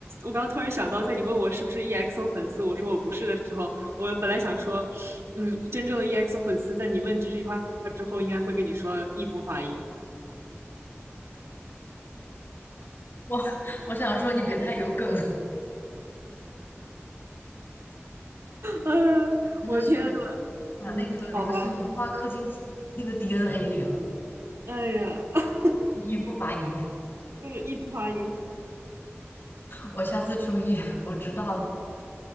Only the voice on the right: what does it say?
我刚突然想到，在你问我是不是 EXO 粉丝，我说我不是的时候，我本来想说，嗯，真正的 EXO 粉丝在你问这句话之后，应该会跟你说异步发音。
嗯、
我的天呐，
嗯，好吧，
哎呀，<laughs>
嗯，异步发音。